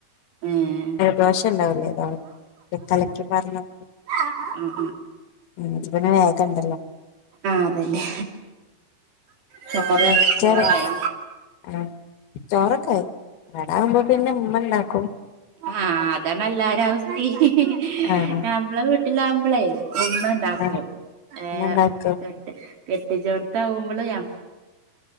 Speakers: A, on the right; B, on the left.
A: ഏഹ്
B: ദോശ ഉണ്ടാവൂലെ ഇ കലക്കി പാർന്ന
A: അ ആ
B: ഉം പിന്നെ വേഗ ഇണ്ടല്ലോ
A: ആ അതന്നെ ചോറ്
B: ഉം
A: ചോറായൊ
B: ചെറി ആ ചോറൊക്കായി ഇവിടാവുമ്പോ പിന്നെ ഉമ്മ ഇണ്ടാക്കും
A: ആ അതാണല്ലാ എല്ലാവരെയും അവസ്ഥ ഹി ഹി ഹി
B: ആഹ്
A: നമ്മളെ വീട്ടിലാവുമ്പളേ ഇമ്മണ്ടാക്കും
B: ആഹ്
A: ഏ
B: ഉമ്മ ഇണ്ടാക്കും
A: കേട്ട് കെട്ടിച്ചെടുത്താവുമ്പള്